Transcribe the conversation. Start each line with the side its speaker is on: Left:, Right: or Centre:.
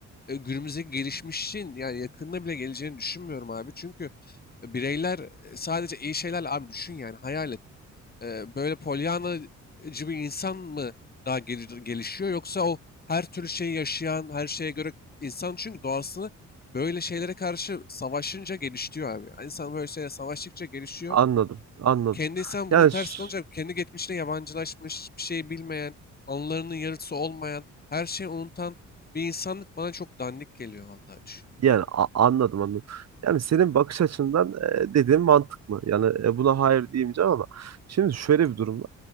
Left: e, günümüzdeki gelişmişin yani yakında bile geleceğini düşünmüyorum abi. Çünkü bireyler e, sadece iyi şeylerle abi düşün yani hayal et. E, Böyle polyanacı bir insan mı daha gel- gelişiyor yoksa o her türlü şeyi yaşayan, her şeye göre insan çünkü doğasını böyle şeylere karşı savaşınca gelişiyor abi. İnsan böyle şeylere savaştıkça gelişiyor.
Right: Anladım, anladım.
Left: Kendi insan
Right: Yani
Left: bunu ters
Right: ş-
Left: kalınca kendi geçmişine yabancılaşmış, hiçbir şey bilmeyen, anılarının yarısı olmayan, her şeyi unutan bir insanlık bana çok dandik geliyor vallahi düşünce.
Right: yani a- anladım anladım. Yani senin bakış açından e, dediğin mantıklı. Yani e, buna hayır diyemeyeceğim ama şimdi şöyle bir durum var.